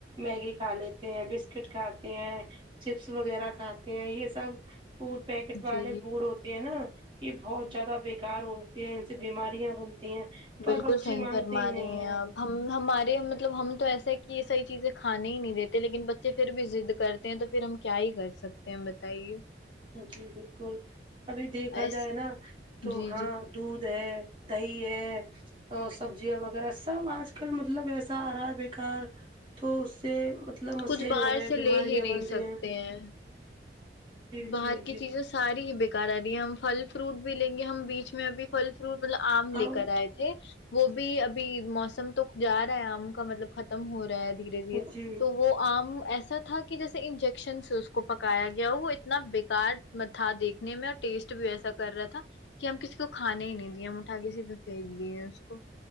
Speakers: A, on the right (about 30°); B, on the left (about 75°).
A: میگی کھا لیتے ہیں بسکٹ کھاتے ہیں چپس وغیرہ کھاتے ہیں یہ سب فوڈ پیکٹ والے
B: جی
A: فوڈ ہو ہے نا یہ بہت زیادہ بےکار ہوتے ہیں ان سے بیماریاں ب ہیں پر
B: بالکل
A: بچے
B: صحیح
A: مانتے
B: فرما
A: ہی
B: رہی
A: نہیں ہیں
B: آپ ہم ہمارے مطلب ہم تو ایسا ہے کہ یہ سحی چیزیں کھانے ہی نہیں دیتے لیکن بچے پھر بھی ضد کرتے تو پھر ہم کیا ہی کر سکتے ہیں بتائیے
A: جی بالکل ابھی دیکھا
B: ایس
A: جائے نا تو
B: جی
A: ہاں
B: جی
A: دودھ ہے دہی ہے اور سبزیاں وغیرہ سب آج کل مطلب ایسا آ رہا ہے بےیکار تو اس سے مطلب مسئلے
B: کچھ باہر
A: ہو رہے ہیں
B: سے لے
A: بیماریاں
B: ہی نہیں
A: بن رہی ہیں
B: <inaudible>
A: جی جی
B: باہر کی
A: جی
B: چیزیں ساری ہی بےیکار آ رہی ہے ہم پھل فروٹ بھی لیں گے ہم بیچ اسچ میں اب فھل فروٹ مطلب آم لے
A: اور
B: کر آئے تھے وہ بھی ابھی موسم تو جا رہا ہے آم کا مطلب ختم ہو رہا ہے دھیرے دھیرے
A: جی
B: تو وہ آم ایسا تھا کہ جیسے انجیکشنس اس کو پکایا گیا وہ اتنا بیکار تھا دیکھنے میں اور ٹیسٹ بھی ایسا کر رہا تھا کہ ہم کسی کو کھانے ہی نہیں دیے ہم اٹھاے سیدھے پھینک دیے اس کو